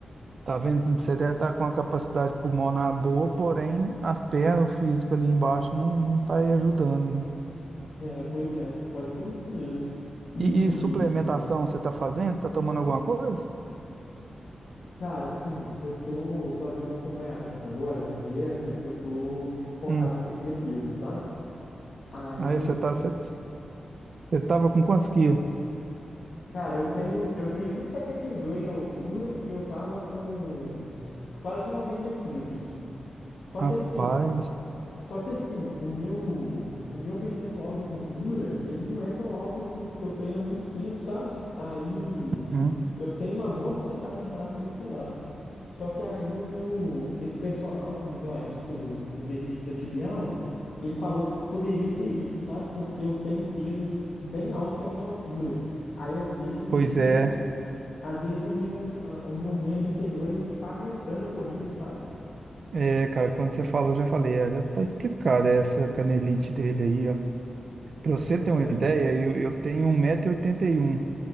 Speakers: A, on the right (about 55°); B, on the left (about 65°).
A: tá vendo? Você deve estar com uma capacidade pulmonar boa, porém as pernas, o físico ali embaixo não, não tá aí ajudando, né?
B: É, pois é, pode ser isso mesmo. E,
A: E, e suplementação você tá fazendo? Tá tomando alguma coisa?
B: cara, assim, eu tô fazendo um acompanhamento agora de uma dieta que eu tô focado
A: Hum,
B: em perder peso, sabe? Aí,
A: aí você tá, você, você tava com quantos quilos?
B: cara, eu tenho eu tenho um e setenta e dois de altura e eu tava com quase 90 quilos. Só
A: Rapaz,
B: que assim, Só que assim, o meu, o meu percentual de gordura, ele não é tão alto assim, porque eu treino há muito tempo, sabe? Aí
A: hum,
B: eu tenho uma boa quantidade de massa muscular. Só que aí o meu, esse personal que me deu a dica do exercício da tibial, ele falou que poderia ser isso, sabe? Porque eu tenho um peso bem alto para minha altura. Aí às vezes
A: pois
B: o,
A: é,
B: às vezes o meu, a- o meu membro inferior, ele não tá aguentando a corrida, sabe?
A: é, cara, quando você falou, eu já falei, é, já tá explicado essa canelite dele aí, Para você
B: Pois
A: ter uma
B: é.
A: ideia, eu, eu tenho um metro e oitenta e um.